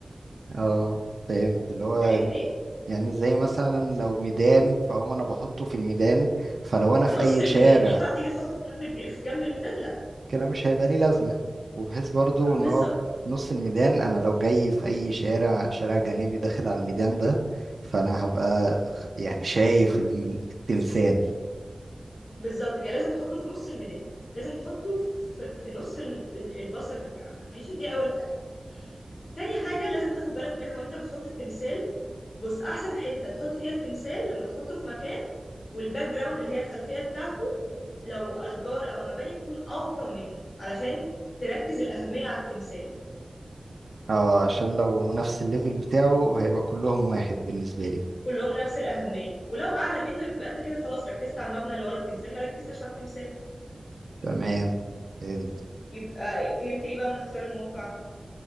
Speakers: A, on the right (about 70°); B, on the left (about 75°).
A: اه فهمت اللي هو
B: فاهم دي
A: يعني زي مثلا لو ميدان فهو انا بحطه في الميدان فلو انا
B: في
A: في
B: نص
A: اي
B: الميدان
A: شارع
B: ينفع تيجي تحطه في جنب الج- في جنب الميدان لا
A: كده مش هيبقى ليه لازمة وبحيث برضو ان
B: بالظبط
A: هو في نص الميدان انا لو جاي في اي شارع شارع جانبي داخل على الميدان ده فانا هبقى خ- يعني شايف الم- التمثال
B: بالظبط كده لازم تحطه في نص الميدان لازم تحطه في, في نص ال- ال- البصر بتاعك ماشي دي اول حاجه تاني حاجه لازم تاخد بالك منها وانت بتحط التمثال بص احسن حته تحط فيها التمثال لما تحطه في مكان والباك جراوند اللي هي الخلفيه بتاعته لو اشجار او مباني تكون اوطى منه علشان تركز الاهميه على التمثال
A: اه عشان لو نفس الليفل بتاعه هيبقى كلهم واحد بالنسبة لي
B: كلهم نفس الاهميه ولو اعلى منه يبقى انت كده خلاص ركزت على المبنى اللي ورا التمثال ما ركزتش على التمثال
A: تمام فهمت.
B: يبقى فهمت ايه بقى من اختيار الموقع